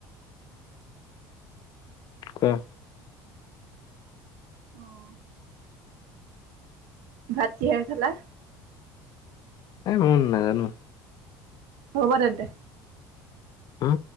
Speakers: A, on the left; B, on the right.
A: কোৱা?
B: অহ। ভাত কিহেৰে খালা?
A: <inaudible> নেজানো।
B: হ'ব তেন্তে।
A: উম।